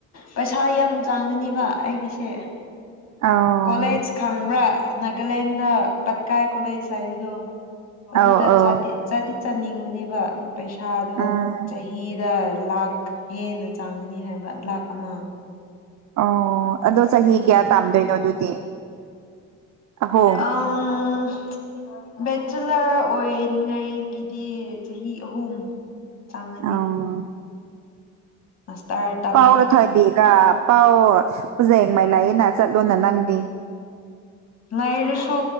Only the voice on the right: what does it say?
ꯑꯧ
ꯑꯧ ꯑꯧ
ꯑꯥ
ꯑꯣ! ꯑꯗꯣ ꯆꯍꯤ
ꯀꯌꯥ ꯇꯥꯝꯗꯣꯏꯅꯣ ꯑꯗꯨꯗꯤ? ꯑꯍꯨꯝ
ꯑꯧ
ꯄꯥꯎꯔ ꯊꯣꯏꯕꯤꯒ ꯄꯥꯎ ꯄꯨꯖꯦꯡ ꯃꯥꯏ ꯂꯥꯏꯅ ꯆꯠꯂꯨꯅ ꯅꯪꯗꯤ